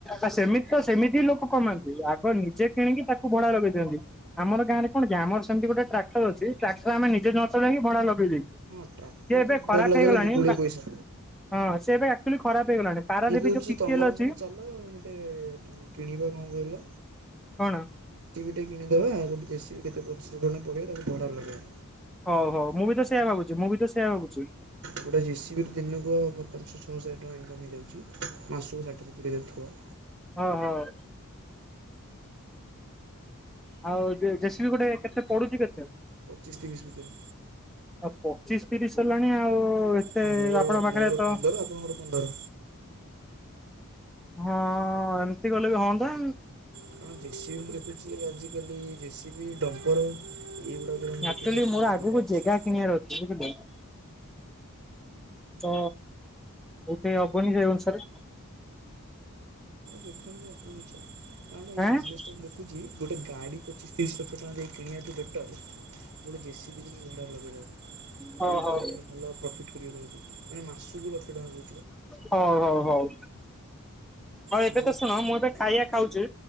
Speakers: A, in the centre; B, on the right.
A: ଆ ସେମିତି ତ ସେମିତି ହି ଲୋକ କମାନ୍ତି ଆଗେ ନିଜେ କିଣିକି ତାକୁ ଭଡା ଲଗେଇ ଦିଅନ୍ତି। ଆମ ଗାଁରେ କଣ କି ଆମ ର ସେମିତି ଗୋଟେ ଟ୍ରାକ୍ଟର ଅଛି ଟାକ୍ଟର ଆମେ ନିଜେ ନ ଚଲେଇକି ଭଡା ଲଗେଇ ଦେଇଛୁ।
B: ହଁ ଟ୍ରାକ୍ଟର
A: ସିଏ ଏବେ
B: ତ ଭଡ଼ାରେ
A: ଖରାପ
B: ଲଗେଇଲେ
A: ହେଇଗଲାଣି
B: ଗୁଡ଼େ
A: ନାଙ୍କ
B: ପଇସା।
A: ହଁ ସିଏ ଏବେ ଆକ୍ଚୁଆଲି ଖରାପ ହେଇଗଲାଣି ପାରାଦୀପ
B: ମୁଁ କହୁଛି
A: ଯୋଉ ପିଟିଏଲ
B: ତମର
A: ଅଛି
B: ମୋର ଚାଲ ଗୋଟେ କିଣିବା କଣ କହିଲ?
A: କଣ?
B: ଗୋଟେ କିଣିଦବା ଆଉ ଗୋଟେ ଦେଶୀ କେତେ ପଡୁଚି କଣ ତାକୁ ଭଡ଼ା ଲଗେଇ ଦବା?
A: ହଉ ହଉ ମୁଁ ବି ତ ସେଇୟା ଭାବୁଛି ମୁଁ ବି ତ ସେଇୟା ଭାବୁଛି।
B: ଗୋଟେ ଜେସିବି ଦିନକୁୁ ହବ ପାଞ୍ଚ ଛଅ ହଜାର ଇନକମ୍ ହେଇଯାଉଛି ମାସକୁ ଷାଠିଏ ସତୁରି ହଜାର ହୋଉ ଥିବ।
A: ହଁ ହଁ। ଆଉ ଜେସିବି ଗୋଟେ କେତେ ପଡୁଛି କେତେ?
B: ପଚିଶି ତିରିଶ ଭିତରେ।
A: ଆଉ ପଚିଶି ତିରିଶି ହେଲାଣି ଆଉ ଏତେ
B: ହଁ ମୋର
A: ଆପଣଙ୍କ ପାଖରେ
B: ମୋର
A: ତ
B: ପନ୍ଦର
A: <inaudible>
B: ଆପଣଙ୍କର ପନ୍ଦର।
A: ହଁ ଏମିତି ଗଲେ ବି ହୁଅନ୍ତା।
B: କଣ ଜେସିବିି ମୁଁ ଦେଖୁଛି ଆଜିକାଲି ଜେସିବିି ଡମ୍ପର ଏଇଗୁଡାକରେ ମୁଁ ଦେଖୁଛି
A: ଆକ୍ଚୁଆଲି
B: ଆଜିିକାଲି
A: ମୋର ଆଗକୁ
B: ଭଲ ଅଛି।
A: ଜେଗା କିଣିବାର ଅଛି ବୁଝିଲେ ତ ଗୋଟେ ହବନି ସେଇ ଅନୁସାରେ।
B: ଦେଖନ୍ତୁ ଆପଣଙ୍କ ଇଚ୍ଛା କାରଣ ଏଇ
A: ଆଁ
B: ବିଜନେସଟା ମୁଁ ଦେଖୁଛି ଗୋଟେ ଗାଡ଼ି ପଚିଶି ତିରିଶି ଲକ୍ଷ ଟଙ୍କା ଦେଇକି କିଣିବା ଟୁ ବେଟର ଗୋଟେ ଜେସିିବି କିଣିକି ଭଡ଼ା ଲଗେଇ ବହୁତ
A: ହଁ ହଁ ହଉ ହଉ
B: ମାନେ ଭଲ ପ୍ରଫିଟ କରିବ ତମକୁ ମାନେ ମାସକୁ ଲକ୍ଷେ ଟଙ୍କା କହୁ।
A: ହଉ ହଉ ହଉ ହଉ
B: ବୁଝିପାରୁଛ
A: ଏବେ ତ ଶୁଣ
B: ନା?
A: ମୁଁ ଏବେ ଖାଇବା ଖାଉଛି।